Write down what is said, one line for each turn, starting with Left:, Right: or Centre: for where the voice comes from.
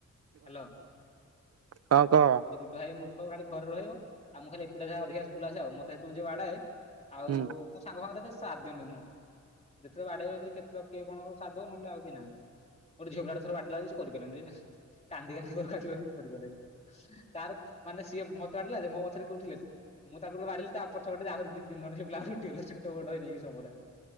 Left: ହାଲୋ
Right: ହଁ କହ
Left: ଗୋଟେ ଭାଇ ମୂ ହଁ ଖାଲି ଘରେ ରହିବ ଆଉ ମୁଁ ଖାଲି ଆକୁଡ଼ିଆ ଯାହା ଅଧିକା ସ୍କୁଲ୍ ଆସେ ଆଉ ମତେହେତଳୁ ଯୋଉ ବାଡ଼ାଏ ଆଉ
Right: ହୁଁ
Left: ମୋ ସାଙ୍ଗମାନେ ସାଥ୍ ଦଅନ୍ତିନି ମତେ ଯେତେଳେ ବାଡ଼େଇ ଏମିତି କେତେ କିଏ କଣ ସ ସାଥ୍ ଦେଉ ନହେଲେ ଆଉ କେହି ନାହାନ୍ତି ଗୋଟେ ଝିଅପିଲାଟେ ଗୋଟେଥର ବାଡିଲାଯେ ସେ କରିପାରଲାନି କନ୍ଦି କାନ୍ଦି <unintelligible> କରିପାରିଲାନି। ତାର ମାନେ ସିଏ ମତେ ବାଡିଲାଯେ ମୋପଛରେ କେହିଉଠିଲେନି। ମୁଁ ତାକୁୁ ବାଡିଲି ତାପଛପଟେ ଆହୁରି ଦି ତିନିଜଣ ଝିଅ ପିଲା ଉଠିଗଲେ ଛୋଟ ବଡ଼ ନେଇକି ସବୁଅରା।